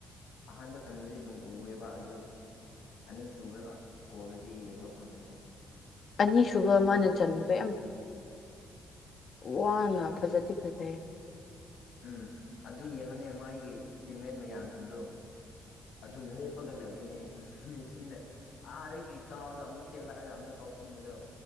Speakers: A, on the left; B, on the left.
A: ꯑꯍꯥꯟꯕꯗ ꯆꯟꯁ ꯑꯗꯨꯝ ꯎꯑꯦꯕ ꯑꯗꯨ ꯑꯅꯤꯁꯨꯨꯕ ꯒꯣꯜꯗꯨꯗꯤ ꯌꯦꯡꯕ ꯐꯪꯗ꯭ꯔꯦ
B: ꯑꯅꯤ ꯁꯕ ꯃꯥꯅ ꯆꯟꯕꯗꯣ ꯌꯥꯝ ꯋꯥꯅꯥ ꯐꯖꯗꯤ ꯐꯖꯩꯦ
A: ꯎꯝ ꯑꯗꯨ ꯌꯦꯡꯉꯅꯦ ꯃꯣꯏꯒꯤ ꯇꯤꯝꯃꯦꯠ ꯃꯌꯥꯝꯁꯤꯡꯗꯨꯣ ꯑꯗꯨꯝ ꯂꯦꯞ ꯀꯄꯒ ꯂꯩꯌꯦꯦꯅꯦ ꯃꯤꯁꯤꯡꯅ ꯑꯥꯗꯒꯤ ꯀꯥꯎꯔꯒ ꯑꯃꯨꯛ ꯆꯦꯜꯂꯛꯑꯒ ꯑꯃꯨꯛ ꯀꯥꯎꯁꯤꯟꯕꯗꯣ